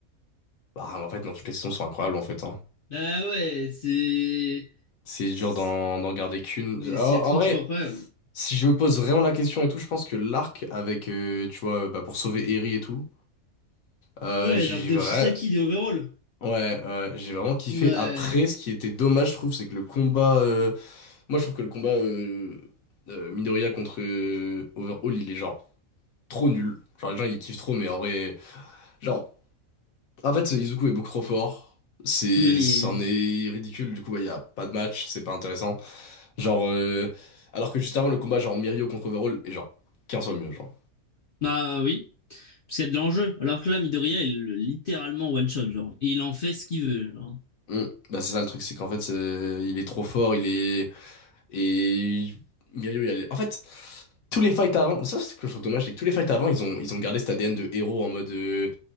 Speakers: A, on the left; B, on the left.
A: Bah, en fait, non, toutes les saisons sont incroyables en fait. hein.
B: Ah ouais, c'est
A: C'est dur
B: c'est
A: d'en d'en garder qu'une. En
B: c'est trop
A: en vrai.
B: trop incroyable.
A: Si je me pose vraiment la question et tout, je pense que l'arc avec, euh, tu vois, euh, bah, pour sauver Eri et tout, euh,
B: Ouais,
A: j'ai
B: l'arc de
A: vrai...
B: Shisaki de Overall.
A: ouais, ouais, j'ai vraiment kiffé.
B: Ouais.
A: Après, ce qui était dommage, je trouve, c'est que le combat. euh, Moi, je trouve que le combat euh, euh, Midoriya contre euh, Overhaul, il est genre trop nul. Genre, les gens, ils kiffent trop, mais en vrai. Genre, en fait, Izuku est beaucoup trop fort. C'est,
B: Mais...
A: c'en est ridicule. Du coup, bah, il n'y a pas de match, c'est pas intéressant. Genre, euh, alors que juste avant, le combat, genre Mirio contre Overhaul, est genre 15 fois mieux, genre.
B: Bah oui, parce qu'il y a de l'enjeu. Alors que là, Midoriya, il le- littéralement one-shot, genre. Il en fait ce qu'il veut, genre.
A: Mm. Bah, c'est ça le truc, c'est qu'en fait, c'est- il est trop fort, il est... Et Mirio, il y a... les- En fait, tous les fights avant, ça c'est ce que je trouve dommage, c'est que tous les fights avant, ils ont, ils ont gardé cet ADN de héros en mode... euh,